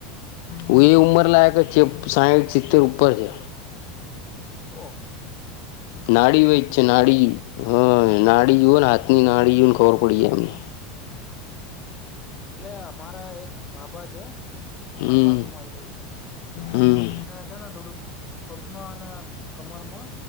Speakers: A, on the left (about 65°); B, on the left (about 25°).
A: હું એ ઉંમર લાયક છે સાઈઠ સિત્તેર ઉપર છે.
B: ઓહ.
A: નાડી વેદ નાડી. હા નાડી જોવ ને હાથની નાડી જો ને ખબર પડી જાય એમને.
B: એટલે મારા એક ભાભા છે. અમાર
A: હમ
B: બાજુમાં જ રહી છે
A: હમ
B: છે ને થોડુંક. પગમાં અને કમર માં.